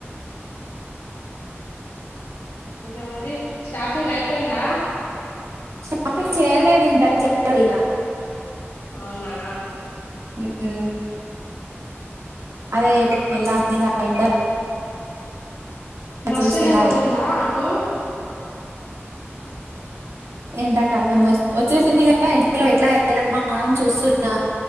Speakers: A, on the left; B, on the right.
A: ఇంకా మరి షాపింగ్ అయిపోయిందా
B: షాపింగ్ చేయలేదు ఇంకా చెయాలిగా
A: అవునా
B: హు అదే <inaudible> వెళ్దాం ఇగ ఎండ
A: మస్త్
B: చూస్తేనా
A: ఎండ కొడుతుందా అటు
B: ఎండాకాలం వ వచ్చేసింది కదా ఎండలో ఎట్లా ఎల్దామా అని చూస్తున్నా